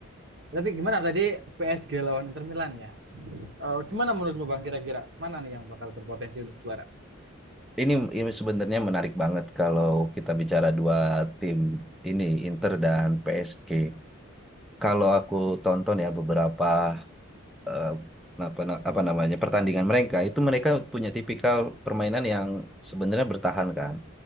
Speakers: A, on the right; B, in the centre.
A: Tapi gimana tadi PSG lawan Inter Milan ya? Eh, gimana menurutmu Bang kira-kira mana nih yang bakal berpotensi untuk juara?
B: Ini ini sebenarnya menarik banget kalau kita bicara dua tim ini Inter dan PSG. Kalau aku tonton ya beberapa eh, apa apa namanya pertandingan mereka itu mereka punya tipikal permainan yang sebenarnya bertahan kan.